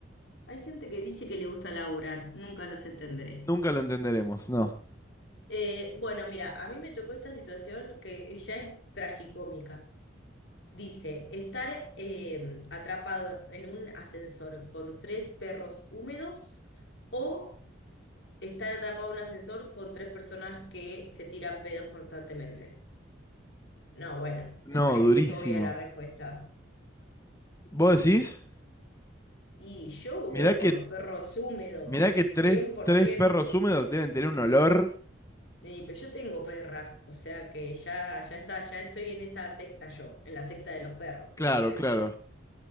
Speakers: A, on the left (about 70°); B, on the left (about 15°).
A: hay gente que dice que le gusta laburar, nunca los entenderé.
B: Nunca lo entenderemos, no.
A: Eh, bueno, mira, a mí me tocó esta situación que ya es tragicómica. Dice, estar eh, atrapado en un ascensor con tres perros húmedos o estar atrapado en un ascensor con tres personas que se tiran pedos constantemente. No, bueno,
B: No,
A: me parece
B: durísimo.
A: que es obvia la respuesta.
B: ¿Vos decís?
A: Y yo
B: Mirá
A: voy
B: que,
A: por los perros húmedos,
B: mirá que tres,
A: 100%.
B: tres perros húmedos deben tener un olor.
A: Y, pero yo tengo perra, o sea que ya, ya está, ya estoy en esa secta yo, en la secta de los perros.
B: Claro,
A: Entonces,
B: claro.